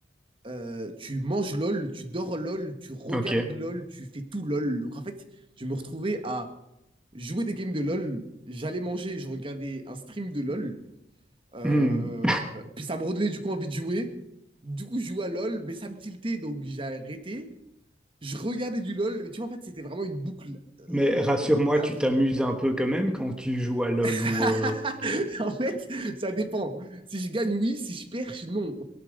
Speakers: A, on the right; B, in the centre.
A: euh, tu manges LOL, tu dors LOL, tu regardes
B: Ok.
A: LOL, tu fais tout LOL. Donc en fait, je me retrouvais à jouer des games de LOL, j'allais manger, je regardais un stream de LOL, euh,
B: Hmm.
A: puis ça me redonnait du coup envie de jouer. Du coup, je jouais à LOL, mais ça me tiltait, donc j'ai arrêté. Je regardais du LOL, mais tu vois, en fait, c'était vraiment une boucle euh,
B: Mais rassure-moi,
A: infinie.
B: tu t'amuses un peu quand même quand tu joues à LoL
A: <laughs>
B: ou... euh,
A: en fait, ça dépend. Si je gagne, oui. Si je perds, je- non.